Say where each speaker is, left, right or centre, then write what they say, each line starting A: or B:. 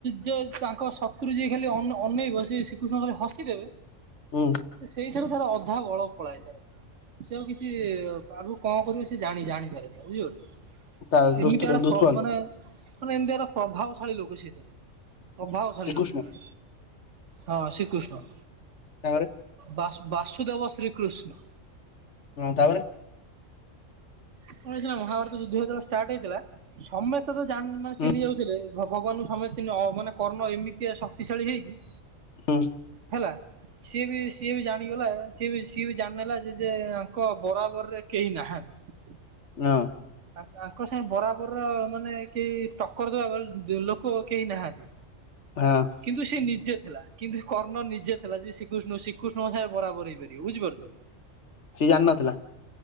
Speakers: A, on the right; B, on the left.
A: ଜୋ ତାଙ୍କ ଶତ୍ରୁ ଯିଏ ଖାଲି ଅନ ଅନେଇବ ସେ ଶ୍ରୀକୃଷ୍ଣ ଖାଲି ହସିଦେବେ
B: ହୁଁ
A: ସେ ସେଇ ସେଥିରେ ତାର ଅଧା ବଳ ପଳାଏ ତାର ସିଏ ଆଉ କିଛି ବା ଙ୍କ କରିବ ସେ ଜାଣି ଜାଣିପାରେନା ବୁଝି <unintelligible>
B: ତା ଦୁଷ୍ଟ
A: ଏମିତିଆ ଆଡେ
B: ଦୁଷ୍ମନ୍ତ
A: <unintelligible> ମାନେ ଏମିତିଆର ପଭାବଶାଳୀ ଲୋକ ସିଏ ଥିଲେ ପଭାବଶାଳୀ
B: ଶ୍ରୀକୃଷ୍ଣ
A: ଲୋକ ପୁରା। ହଁ ଶ୍ରୀକୃଷ୍ଣ।
B: ତାପରେ
A: ବାସ ବାସୁଦେବ ଶ୍ରୀକୃଷ୍ଣ।
B: ହଁ ତାପରେ
A: କଣ ହେଇଥିଲା ମହାଭାରତ ଯୁଦ୍ଧ ଯେତେବେଳେ ଷ୍ଟାର୍ଟ ହେଇଥିଲା ସମେତେ ତ ଜାଣି ମାନେ
B: ହୁଁ
A: ଚିହ୍ନି ଯାଉଥିଲେ ଭଗ ଭଗବାନଙ୍କୁ ସମେତେ ଚିହ୍ନି ଅ ମାନେ କର୍ଣ୍ଣ ଏମିତିଆ ଶକ୍ତିଶାଳୀ ହେଇକି
B: ଉ।
A: ହେଲା ସିଏ ବି ସିଏ ବି ଜାଣିଗଲା ସିଏ ବି ସିଏ ବି ଜାଣିନେଲା ଯେ ଯେ ତାଙ୍କ ବରାବରରେ କେହି ନାହାନ୍ତି।
B: ନାଓ।
A: ତାଙ୍କ ସାଙ୍ଗେ ବରାବରର ମାନେ କେହି ଟକ୍କର ଦବା ଦ ଲୋକ କେହି ନାହାନ୍ତି।
B: ହଁ
A: କିନ୍ତୁ ସେ ନିଜେ ଥିଲା କିନ୍ତୁ କର୍ଣ୍ଣ ନିଜେ ଥିଲା ଯେ ଶ୍ରୀକୃଷ୍ଣ ଶ୍ରୀକୃଷ୍ଣଙ୍କ ସାଙ୍ଗରେ ବରାବର ହେଇପାରିବ ବୁଝିପାରୁଚ।
B: ସିଏ ଜାନନଥିଲା